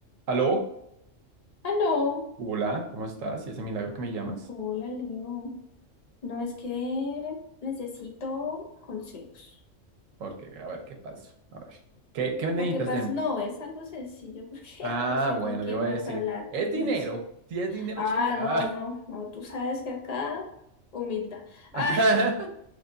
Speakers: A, on the right; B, on the left.
A: Aló,
B: Aló,
A: hola, ¿cómo estás? Y ese milagro que me llamas,
B: hola Leo. No es que necesito consejos.
A: porque a ver qué pasa. A ver, ¿qué, qué necesitas
B: Lo que pasa,
A: de mí?
B: no, es algo sencillo porque
A: Ah,
B: <laughs> no sé
A: bueno,
B: con quién
A: yo voy
B: más
A: a decir,
B: hablar.
A: es
B: pues,
A: dinero.
B: No es...
A: Si es dinero,
B: Ah,
A: chica.
B: no, no, no, tú sabes que acá, humildad.
A: Ah.
B: Ah,